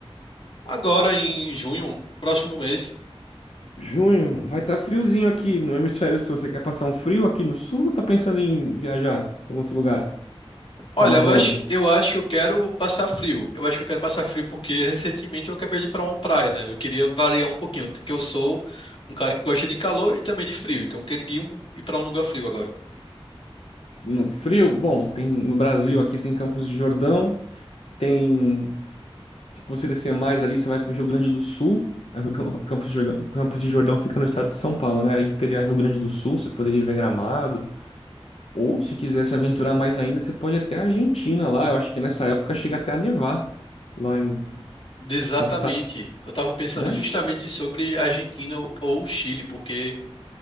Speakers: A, on the left (about 60°); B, on the left (about 85°).
A: Agora em junho, próximo mês.
B: Junho, vai estar friozinho aqui no hemisfério sul. Você quer passar um frio aqui no sul ou tá pensando em viajar pra algum outro lugar?
A: Olha,
B: Pra mais
A: eu
B: longe?
A: acho, eu acho que eu quero passar frio. Eu acho que eu quero passar frio porque recentemente eu acabei de ir pra uma praia, né? Eu queria variar um pouquinho, que eu sou um cara que gosta de calor e também de frio, então eu queria um- ir pra um lugar frio agora.
B: No frio, bom, tem no Brasil aqui tem Campos de Jordão, tem. Se você descer mais ali, você vai pro Rio Grande do Sul. Aí o Cam- Campos de Jordão Campos de Jordão fica no estado de São Paulo, né? Aí teria Rio Grande do Sul, você poderia ver Gramado. Ou, se quiser se aventurar mais ainda, você pode ir até a Argentina lá. Eu acho que nessa época chega até a nevar lá em
A: Exatamente.
B: as estatuas,
A: Eu estava pensando
B: né?
A: justamente sobre Argentina ou ou Chile, porque